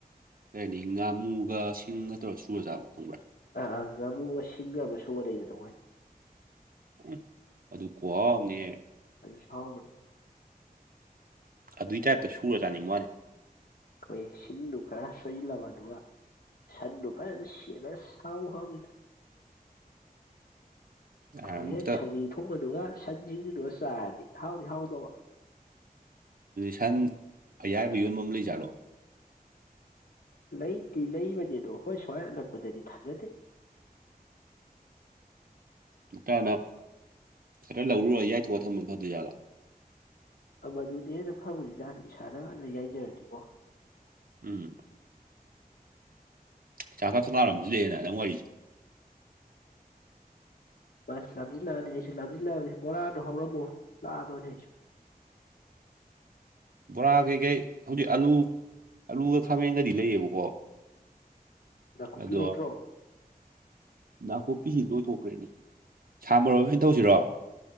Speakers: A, on the right (about 65°); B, on the left (about 80°).
A: ꯀꯔꯤ ꯍꯥꯏꯅꯤ ꯉꯥꯃꯨꯒ ꯁꯤꯡꯒ ꯇꯧꯔꯒ ꯁꯨꯔꯖꯥꯨ ꯈꯪꯕ꯭ꯔꯥ
B: ꯑꯥ ꯉꯥꯃꯨꯒ ꯁꯤꯡꯒ ꯑꯃ ꯁꯨꯕ ꯂꯩꯗꯅ ꯃꯣꯏ
A: ꯎ ꯑꯗꯨ ꯀꯣꯝꯅꯦ
B: ꯑꯗꯨ ꯁꯥꯎꯒꯅꯦ
A: ꯑꯗꯨꯏ ꯇꯥꯏꯞꯇ ꯁꯨꯔ ꯆꯥꯅꯤꯡꯕ ꯋꯥꯅꯤ
B: ꯑꯩꯈꯣꯏ ꯁꯤꯡꯗꯨ ꯈꯔ ꯁꯣꯏꯁꯤꯜꯂꯕ ꯑꯗꯨꯒ ꯁꯥꯔꯗꯨ ꯄꯥꯏꯅ ꯁꯌꯥꯅ ꯁꯥꯥꯎ ꯍꯥꯦ
A: ꯑꯝꯇ
B: ꯍꯣꯔꯦ ꯁꯧꯍꯤ ꯊꯣꯡꯕꯗꯨꯒ ꯁꯟ ꯁꯤꯡꯁꯤꯗꯨꯒ ꯆꯥꯔꯗꯤ ꯍꯥꯎꯗꯤ ꯍꯥꯎꯗꯧꯕ
A: ꯁꯟ ꯑꯌꯥꯕ ꯌꯣꯟꯕ ꯑꯃ ꯂꯩꯖꯥꯠꯂꯣ
B: ꯂꯩꯇꯦ ꯂꯩꯕꯅꯦꯗꯣ ꯑꯩꯈꯣꯏ ꯁ꯭ꯋꯥꯏ ꯑꯅꯛꯄꯗꯗꯤ ꯊꯥꯖꯗꯦ
A: ꯅꯨꯇꯥꯅ ꯈꯔ ꯂꯧꯔꯨꯔ ꯌꯥꯏꯊꯣꯛꯑꯒ ꯊꯝꯕ ꯐꯗ ꯌꯥꯠꯂꯥ
B: ꯃꯗꯨꯗꯤ ꯍꯦꯟꯅ ꯐꯕꯅꯤ ꯖꯥꯠꯗꯤ ꯏꯁꯥꯅ ꯍꯥꯟꯅ ꯌꯥꯏꯖꯔꯗꯤꯅꯤꯀꯣ
A: ꯎꯝ ꯆꯥꯛ ꯆ ꯊ ꯂꯥꯔꯝꯃꯤꯁꯤꯗꯦꯅ ꯅꯪ ꯋꯥꯔꯤꯁꯦ
B: ꯃꯥꯁ ꯂꯥꯝꯁꯤꯜꯂꯛꯑꯅꯤ ꯑꯩꯁꯨ ꯂꯝꯁꯤꯜꯂꯛꯑꯅꯤ ꯕꯣꯔꯥꯗꯣ ꯍꯧꯔꯝꯃꯣ ꯂꯥꯛꯑꯗꯣꯏꯅꯦ ꯑꯩꯁꯨ
A: ꯕꯣꯔꯥ ꯀꯩꯀꯩ ꯍꯧꯖꯤꯛ ꯑꯂꯨ ꯑꯂꯨꯒ ꯈꯥꯃꯦꯟꯒꯗꯤ ꯂꯩꯌꯦꯕꯀꯣ
B: ꯅꯥꯀꯨꯞꯄꯤ
A: ꯑꯗꯣ
B: ꯂꯩꯇ꯭ꯔꯣ
A: ꯅꯥꯄꯨꯞꯄꯤꯁꯤ ꯂꯣꯏꯊꯣꯛꯈ꯭ꯔꯦꯅꯦ ꯁꯥꯃꯔꯣꯏ ꯀꯩꯅ ꯇꯧꯁꯤꯔꯣ